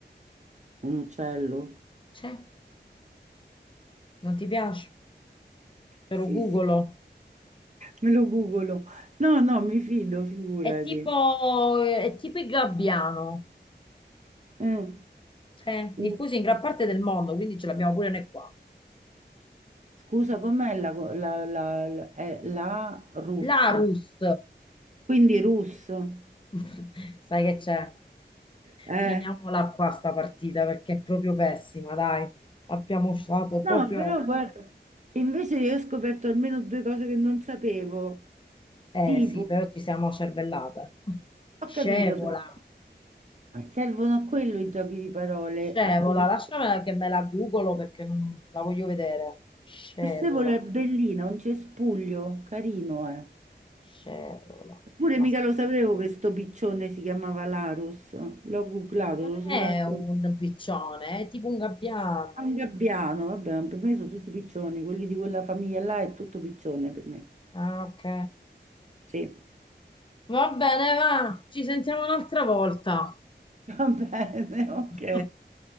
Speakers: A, on the right; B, on the left.
A: Un uccello?
B: C'è? Non ti piace? Te
A: Sì,
B: lo googolo.
A: sì, me lo googolo. No, no, mi fido, figurati.
B: È tipo, è tipo il gabbiano.
A: Eh,
B: C'è?
A: U-
B: Diffuso in gran parte del mondo, quindi ce l'abbiamo pure noi qua.
A: Scusa, com'è la, la, la, la, è la russa?
B: Larus.
A: quindi russo.
B: <laughs> Sai che c'è?
A: Eh,
B: Finiamola qua sta partita perché è proprio pessima, dai. Abbiamo usato proprio...
A: No, però guarda, invece io ho scoperto almeno due cose che non sapevo.
B: Eh
A: Tipo,
B: sì, però ci siamo cervellate.
A: ho
B: Scevola,
A: capito perché servono a quello i giochi di parole,
B: scevola,
A: a scoprire.
B: lasciamela che me la googolo perché non la voglio vedere. Scevola,
A: Questa è bellina, un cespuglio, carino, eh.
B: scevola.
A: Eppure
B: Ma
A: mica
B: sì,
A: lo sapevo che sto piccione si chiamava Larus. L'ho googlato,
B: non
A: lo sono
B: è
A: andato a
B: un
A: trovare.
B: piccione, è tipo un gabbiano.
A: Ah, Un gabbiano, vabbè, per me sono tutti piccioni, quelli di quella famiglia là è tutto piccione per me.
B: Ah, ok.
A: Sì,
B: Va bene, va, ci sentiamo un'altra volta.
A: <laughs> va bene, ok.
B: <laughs>